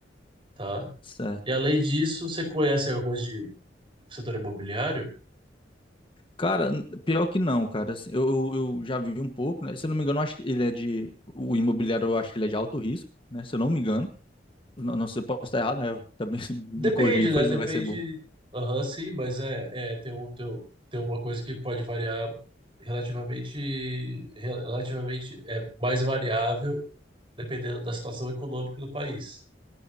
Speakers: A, on the right; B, on the left.
A: tá?
B: Certo.
A: E além disso, você conhece alguma coisa de setor imobiliário?
B: Cara, n- pior que não, cara. Assim, eu, eu eu já vi um pouco, né? Se eu não me engano, eu acho que ele é de. O imobiliário, eu acho que ele é de alto risco, né? Se eu não me engano. Não, não sei, eu posso estar errado, né? Eu também <laughs> se me
A: Depende,
B: corrigir,
A: né?
B: pois
A: Depende.
B: vai ser bom.
A: Aham, sim, mas é, é tem um, tem, um- tem uma coisa que pode variar relativamente, relativamente é mais variável dependendo da situação econômica do país.